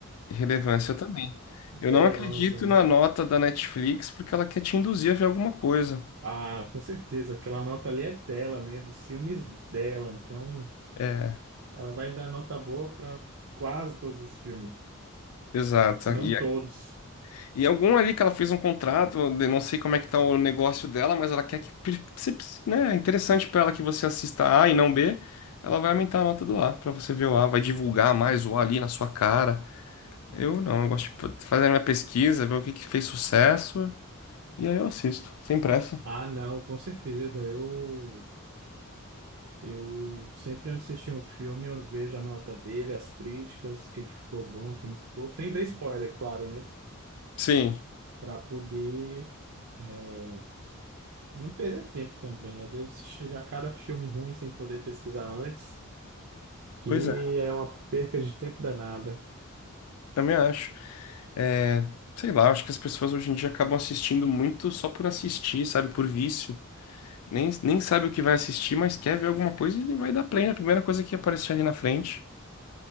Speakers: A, on the left; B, on the right.
A: Relevância eu também. Eu
B: Relevância,
A: não acredito
B: né?
A: na nota da Netflix porque ela quer te induzir a ver alguma coisa.
B: Ah, com certeza. Aquela nota ali é dela, né? Dos filmes dela. Então,
A: É,
B: ela vai dar nota boa para quase todos os filmes,
A: exato.
B: se não
A: E,
B: todos.
A: e algum ali que ela fez um contrato, de- não sei como é que tá o negócio dela, mas ela quer que, pri- se- se- né, é interessante para ela que você assista A e não B, ela vai aumentar a nota do A para você ver o A, vai divulgar mais o A ali na sua cara. Eu não, eu gosto de fa- fazer a minha pesquisa, ver o que que fez sucesso, e aí eu assisto, sem pressa.
B: Ah, não, com certeza. Eu, eu sempre antes de assistir um filme, eu vejo a nota dele, as críticas, o que que ficou bom, o que não ficou. Sem ver spoiler, claro, né?
A: Sim,
B: Para poder é, não perder tempo também. Às vezes, já cada filme ruim sem poder pesquisar antes, que
A: pois é,
B: é uma perca de tempo danada.
A: também acho. É, Sei lá, acho que as pessoas hoje em dia acabam assistindo muito só por assistir, sabe? Por vício. Nem, nem sabe o que vai assistir, mas quer ver alguma coisa e vai dar play na primeira coisa que aparecer ali na frente.